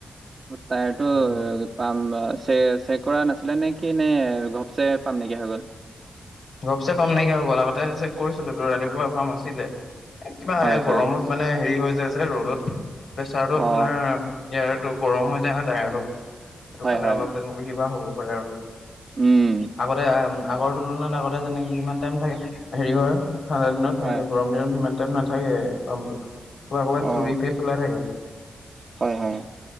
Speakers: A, on the right (about 45°); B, on the left (about 80°).
A: তাৰটো
B: উম
A: পাম চে চেক কৰা নাছিলে নে কি নে ঘপচে পাম নেকিয়া হৈ গ'ল?
B: গপচে পাম নাইকিয়া হয় গ'ল আগতে চেক কৰিছিলোঁ তো ৰাতিপুৱা পাম আছিলে। কিবা
A: হয়
B: এই গৰমত
A: হয়
B: মানে হেৰি হৈ যায় যে ৰ'দত, প্ৰেচাৰটো
A: অ
B: আপোনাৰ এয়াৰটো গৰম হৈ যায় ন তাইৰটো, সেইটো
A: হয়
B: কাৰণে
A: হয়
B: অলপ তেনেকুৱা কিবা হ'ব পাৰে আৰু।
A: উম।
B: আগতে আগৰ তুলনাত আগতে যেনেকে যিমান টাইম থাকে হেৰি হয় ঠাণ্ডা দিনত
A: হয়
B: এইটো গৰম দিনত ইিমান টাইম নাথাকে পামটো। ক'ৰবাত ক'ৰবাত
A: অ
B: চুৰি কেছ চলাই থাকে।
A: হয়, হয়।